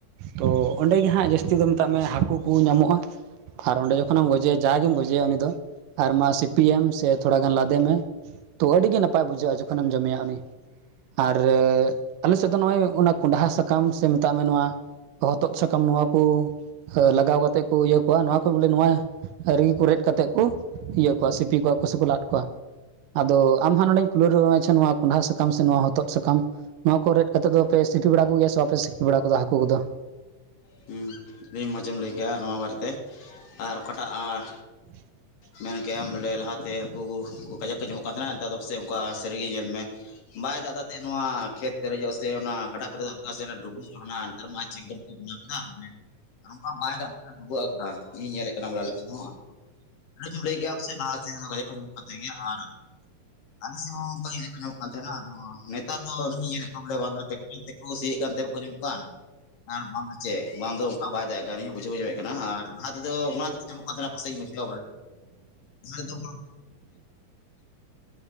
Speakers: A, on the right; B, on the left.
A: ᱛᱚ ᱚᱸᱰᱮ ᱜᱮ ᱦᱟᱸᱜ ᱡᱟᱹᱥᱛᱤ ᱫᱚ, ᱢᱮᱛᱟᱜ ᱢᱮ ᱦᱟᱹᱠᱩ ᱠᱚ ᱧᱟᱢᱚᱜᱼᱟ᱾ ᱟᱨ ᱚᱸᱰᱮ ᱡᱚᱠᱷᱚᱱᱮᱢ ᱜᱚᱡᱮᱭᱟ ᱡᱟᱜ ᱜᱮᱢ ᱜᱚᱡᱮᱭᱟ ᱩᱱᱤ ᱫᱚ ᱟᱨ ᱢᱟ ᱥᱤᱯᱤᱭᱮᱢ ᱥᱮ ᱛᱷᱚᱲᱟ ᱜᱟᱱ ᱞᱟᱫᱮ ᱢᱮ᱾ ᱛᱚ ᱟᱹᱰᱤ ᱜᱮ ᱱᱟᱯᱟᱭ ᱵᱩᱡᱷᱟᱹᱜᱼᱟ ᱡᱚᱠᱷᱚᱱᱮᱢ ᱡᱚᱢᱮᱭᱟ ᱩᱱᱤ᱾ ᱟᱨ ᱟᱞᱮ ᱥᱮᱫ ᱫᱚ ᱱᱚᱜᱼᱚᱭ ᱚᱱᱟ ᱠᱚᱸᱰᱷᱟ ᱥᱟᱠᱟᱢ ᱥᱮ ᱢᱮᱛᱟᱜ ᱢᱮ ᱱᱚᱣᱟ ᱦᱚᱛᱚᱫ ᱥᱟᱠᱟᱢ ᱱᱚᱣᱟ ᱠᱚ, ᱞᱟᱜᱟᱣ ᱠᱟᱛᱮᱫ ᱠᱚ ᱤᱭᱟᱹ ᱠᱚᱣᱟ ᱱᱚᱣᱟ ᱠᱚ ᱵᱚᱞᱮ ᱱᱚᱣᱟ ᱨᱮᱞ ᱠᱚ ᱨᱮᱫ ᱠᱟᱛᱮᱜ ᱠᱚ, ᱤᱭᱟᱹ ᱠᱚᱣᱟ ᱥᱤᱯᱤ ᱠᱚᱣᱟ ᱠᱚ ᱥᱮ ᱠᱚ ᱞᱟᱫ ᱠᱚᱣᱟ᱾ ᱟᱫᱚ ᱟᱢ ᱦᱟᱸᱜ ᱱᱚᱰᱮᱧ ᱠᱩᱞᱟᱹᱣ ᱨᱚᱜ ᱟᱪᱪᱷᱟ ᱱᱚᱣᱟ ᱠᱚᱸᱰᱷᱟ ᱥᱟᱠᱟᱢ ᱥᱮ ᱱᱚᱣᱟ ᱦᱚᱛᱚᱫ ᱥᱟᱠᱟᱢ ᱱᱚᱣᱟ ᱠᱚ ᱨᱮᱫ ᱠᱟᱛᱮᱫ ᱫᱚᱯᱮ ᱥᱤᱯᱤ ᱵᱟᱲᱟ ᱠᱚᱜᱭᱟ ᱥᱮ ᱵᱟᱯᱮ ᱥᱤᱯᱤ ᱵᱟᱲᱟ ᱠᱟᱫᱟ ᱦᱟᱹᱠᱩ ᱠᱚᱫᱚ?
B: ᱦᱩ ᱟᱹᱰᱤ ᱢᱚᱡᱮᱢ ᱞᱟᱹᱭ ᱠᱮᱭᱟ ᱱᱚᱣᱟ ᱵᱟᱨᱮᱛᱮ ᱟᱨ ᱚᱠᱟᱴᱟᱜ
A: <inaudible>
B: ᱢᱮᱱ ᱠᱮᱜᱼᱟᱢ ᱵᱚᱞᱮ ᱞᱟᱦᱟᱛᱮ ᱦᱟᱠᱩ ᱠᱟᱡᱟᱠ ᱠᱚ ᱡᱚᱢᱚᱜ ᱠᱟᱱ ᱛᱟᱦᱮᱱᱟ ᱱᱮᱛᱟᱨ ᱫᱚ ᱯᱟᱥᱮ ᱚᱱᱠᱟ ᱥᱟᱹᱨᱤᱜᱮ ᱧᱮᱞ ᱢᱮ, ᱵᱟᱭ ᱫᱟᱫᱟ ᱛᱮᱱ ᱱᱚᱣᱟ ᱠᱷᱮᱛ ᱯᱮᱨᱮᱡᱚᱜ ᱥᱮ ᱚᱱᱟ ᱜᱟᱰᱟ ᱯᱮᱨᱮᱡᱚᱜ ᱚᱱᱠᱟ ᱥᱮᱫ ᱰᱩᱵᱩᱡ ᱦᱚᱱᱟ ᱟᱱᱛᱟᱨ ᱢᱟ ᱪᱤᱠ ᱠᱚ, <unintelligible> ᱱᱚᱝᱠᱟ ᱵᱟᱭ ᱫᱟᱜ ᱰᱩᱵᱟᱜ ᱟᱠᱱᱟ ᱤᱧ ᱧᱮᱞᱮᱜ ᱠᱟᱱᱟ <unintelligible> ᱞᱟᱪᱩᱢ ᱞᱟᱹᱭ ᱠᱮᱭᱟ ᱥᱮ <unintelligible> ᱟᱨ ᱟᱞᱮ ᱥᱮ ᱦᱚᱸ <unintelligible> ᱧᱮᱞᱚᱜ ᱠᱟᱱ ᱛᱟᱦᱮᱱᱟ ᱱᱚᱣᱟ ᱱᱮᱛᱟᱨ ᱫᱚ ᱱᱟᱹᱞᱤᱧ ᱧᱮᱞᱮᱫ ᱠᱚᱣᱟ ᱵᱚᱞᱮ ᱵᱟᱫᱢᱮ ᱪᱮᱠ ᱛᱮᱠᱚ ᱥᱤᱭᱮᱫ ᱠᱟᱱᱛᱮ ᱵᱟᱠᱚ ᱧᱟᱢ ᱠᱚᱣᱟ ᱟᱨ ᱵᱟᱢ ᱪᱮᱜ ᱵᱟᱝ ᱫᱚ ᱚᱱᱠᱟ ᱵᱟᱭ ᱫᱟᱜᱭᱮᱜ ᱠᱟᱱ ᱟᱞᱤᱭᱟᱹᱧ ᱵᱩᱡᱷᱟᱣ ᱧᱟᱢᱮᱫ ᱠᱟᱱᱟ ᱟᱨ ᱞᱟᱦᱟ ᱛᱮᱫᱚ ᱚᱱᱟ ᱛᱮᱠᱚ ᱧᱟᱢᱚᱜ ᱠᱟᱱ ᱛᱟᱦᱮᱱᱟ ᱯᱟᱥᱮᱤᱧ <unintelligible> <unintelligible>